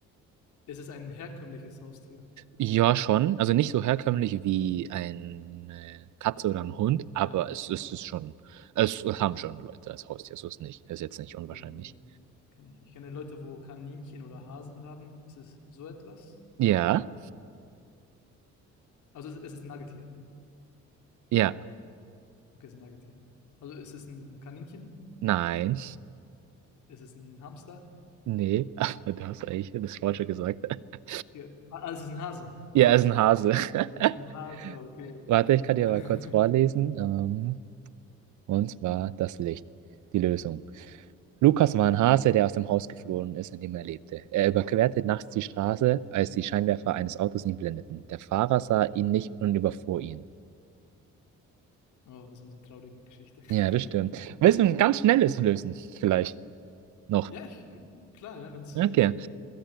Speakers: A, on the left; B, on the right.
A: Es ist ein herkömmliches Haustier.
B: Ja, schon. Also nicht so herkömmlich wie eine Katze oder ein
A: <unintelligible>
B: Hund, aber
A: Ja,
B: es
A: okay,
B: ist
A: okay.
B: es schon. Es haben schon Leute als Haustier, so ist nicht. Ist jetzt nicht unwahrscheinlich.
A: Ich meine, kenne ich. Ich kenne Leute, wo Kaninchen oder Hasen haben. Ist es so etwas?
B: Ja,
A: Also es ist 'n Nagetier.
B: ja,
A: Okay, es ist 'n Nagetier. Also ist es 'n Kaninchen?
B: nein,
A: Ist es 'n Hamster?
B: nee, <laughs> aber du hast eigentlich das Falsche gesagt. <laughs>
A: Okay. Ah, ah, es ist 'n Hase.
B: Ja, es ist ein Hase.
A: Es ist 'n
B: <laughs>
A: Hase, okay.
B: Warte, ich kann dir
A: <laughs>
B: mal kurz vorlesen. Ähm, und zwar das Licht, die Lösung. Lukas war ein Hase, der aus dem Haus geflohen ist, in dem er lebte. Er überquerte nachts die Straße, als die Scheinwerfer eines Autos ihn blendeten. Der Fahrer sah ihn nicht und überfuhr ihn.
A: Oh, das ist 'n bisschen traurige Geschichte. <laughs>
B: Ja, das stimmt. Willst du ein ganz schnelles lösen? Vielleicht noch.
A: Ja, ich klar, ja, wenn's,
B: Okay.
A: äh